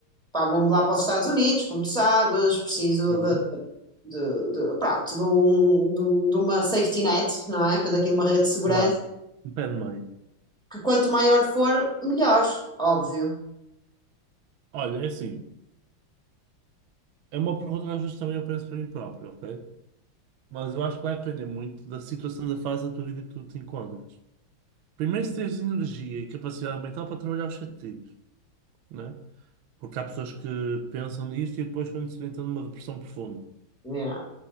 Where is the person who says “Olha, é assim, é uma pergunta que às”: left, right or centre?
Right